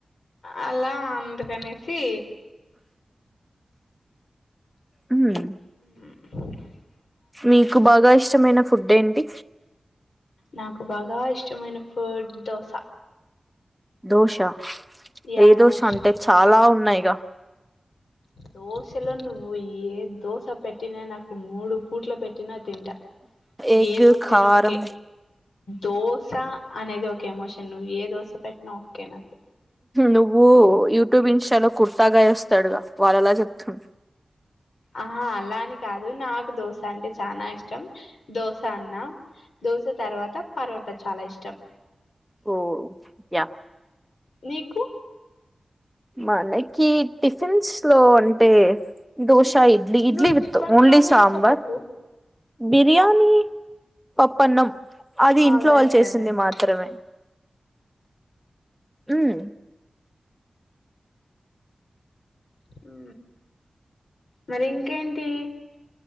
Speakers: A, on the left; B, in the centre.
A: అలా అందుకనేసి
B: హ్
A: ఉ
B: మీకు బాగా ఇష్టమైన ఫుడ్ ఏంటి?
A: నాకు బాగా ఇష్టమైన ఫుడ్ దోస.
B: దోశ
A: యా
B: ఏదోశ
A: దోశ
B: అంటే చాలా ఉన్నాయిగా.
A: దోశలో నువ్వు ఏ దోశ పెట్టినా నాకు మూడు పూట్లు పెట్టినా తింటా
B: ఎగ్
A: ఏ దోసైనా
B: కారం
A: ఒకే. దోశ అనేది ఒక ఎమోషన్ నువ్వు ఏ దోశ పెట్టినా ఓకే నాకు.
B: నువ్వు యూట్యూబ్, ఇన్స్టాలో కుర్తాగాయ్ వస్తాడుగా వాళ్ళలా చెప్తున్నావు.
A: ఆహా అలాని కాదు నాకు దోశ అంటే చానా ఇష్టం దోశ అన్న దోశ తర్వాత పరోట చాలా ఇష్టం.
B: ఓ య
A: నీకు
B: మనకి టిఫిన్స్ లో అంటే దో అ ఇడ్లీ ఇడ్లీ
A: నువ్వు
B: వితు
A: టిఫిన్
B: ఓన్లీ
A: లోనే
B: సాబార్
A: చెప్పకు
B: బిర్యాణి పప్పన్నం అది ఇంట్లో
A: ఆల్ టైమ్
B: వాళ్ళు
A: ఫేవరెట్
B: చేసింది మాత్రమే మ్
A: ఉ మరి ఇంకేంటి